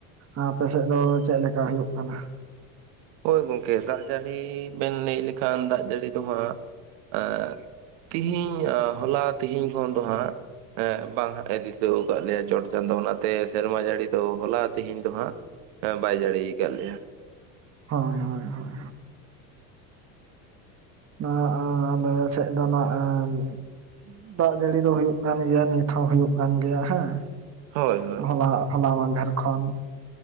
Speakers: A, on the right (about 35°); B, on the right (about 65°).
A: ᱟᱯᱮᱥᱮᱫ ᱫᱚ ᱪᱮᱫ ᱞᱮᱠᱟ ᱦᱩᱭᱩᱜ ᱠᱟᱱᱟ
B: ᱦᱳᱭ ᱜᱚᱝᱠᱮ ᱫᱟᱜ ᱡᱟᱹᱲᱤ ᱵᱮᱱ ᱞᱟᱹᱭ ᱞᱮᱠᱷᱟᱱ ᱫᱟᱜ ᱡᱟᱹᱲᱤ ᱫᱚᱦᱟᱸᱜ ᱮ ᱛᱤᱦᱤᱧ ᱟᱨ ᱦᱚᱞᱟ ᱛᱤᱦᱤᱧ ᱠᱷᱚᱱ ᱫᱚ ᱦᱟᱸᱜ ᱦᱮᱸ ᱵᱟᱝ ᱦᱟᱜ ᱮ ᱫᱤᱥᱟᱹᱟᱠᱟᱫ ᱞᱮᱭᱟ ᱪᱚᱴ ᱪᱟᱸᱫᱚ ᱚᱱᱟᱛᱮ ᱥᱮᱨᱢᱟ ᱡᱟᱹᱲᱤ ᱫᱚ ᱦᱚᱞᱟ ᱛᱮᱦᱤᱧ ᱫᱚ ᱦᱟᱸᱜ ᱦᱮ ᱵᱟᱭ ᱡᱟᱹᱲᱤ ᱠᱟᱜ ᱞᱮᱭᱟ
A: ᱦᱳᱭ ᱦᱳᱭ ᱦᱳᱭ ᱱᱚᱣᱟ ᱟᱞᱮ ᱥᱮᱫ ᱫᱚ ᱱᱟᱜ ᱫᱟᱜ ᱡᱟᱹᱲᱤ ᱫᱚ ᱦᱩᱭᱩᱜ ᱠᱟᱱ ᱜᱮᱭᱟ ᱱᱤᱛ ᱦᱚᱸ ᱦᱩᱭᱩᱜ ᱠᱟᱱ ᱜᱮᱭᱟ ᱦᱮᱸ
B: ᱦᱳᱭ ᱦᱳᱭ
A: ᱦᱚᱞᱟ ᱦᱚᱞᱟ ᱢᱟᱫᱷᱮᱨ ᱠᱷᱚᱱ